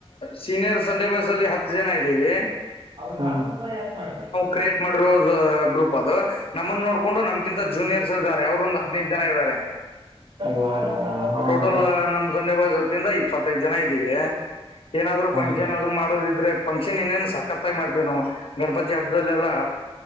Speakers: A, on the left; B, on the right.
A: ಸೀನಿಯರ್ ಸಂಡೇ ಬಾಯ್ಸ್ ಅಲ್ಲಿ ಹತ್ತು ಜನ ಇದ್ದೀವಿ.
B: ಹ್ಮ್
A: ಕ್ರಿಯೇಟ್ ಮಾಡಿರೋ ಗ್ರೂಪ್ ಅದು ನಮ್ಮನ್ನ ನೋಡಕೊಂಡು ನಮ ಕಿಂತ ಜೂನಿಯರ್ಸ್ ಇದಾರೆ ಅವರು ಒಂದು ಹದಿನೈದು ಜನ ಇದಾರೆ.
B: ವಾವ್ ಹಾಂ
A: ಟೋಟಲ್ ನಮ ಸಂಡೆ ಬಾಯ್ಸಹತಿಂದ ಇ ಪ್ಪತ್ತೈದ್ ಜನ ಇದಿವಿ ಏನಾದ್ರು ಫಂಕ್ಷನ್
B: ಬ್ರೋ
A: ಆದು ಮಾಡೋದಿದ್ರೆ ಫಂಕ್ಷನ್ ಇನ್ನೇನ್ ಸಕತ್ತಾಗಿ ಮಾಡ್ತತಿವಿ ನಾವ್ ಗಣಪತಿ ಹಬ್ಬದಲ್ಲೆಲ್ಲಾ.